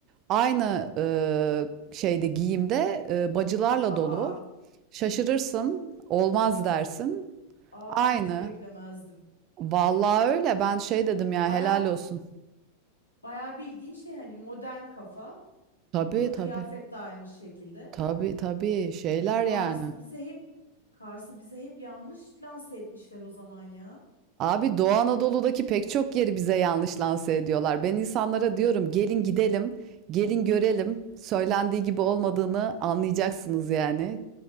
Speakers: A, on the right (about 35°); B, on the left (about 80°).
A: aynı e, şeyde giyimde e, bacılarla
B: Aa,
A: dolu. Şaşırırsın, olmaz dersin.
B: aa
A: Aynı.
B: hiç beklemezdim.
A: Vallahi öyle. Ben şey dedim ya
B: Baya
A: helal olsun.
B: Bayağı bildiğin şey hani modern kafa.
A: Tabii
B: Kılık
A: tabii.
B: kıyafet de aynı şekilde.
A: Tabii tabii şeyler
B: E Kars'ı
A: yani.
B: bize hep Kars'ı bize hep yanlış lanse etmişler o zaman ya.
A: Abi Doğu Anadolu'daki pek çok yeri bize yanlış lanse ediyorlar. Ben insanlara diyorum gelin gidelim, gelin görelim. Söylendiği gibi olmadığını anlayacaksınız yani.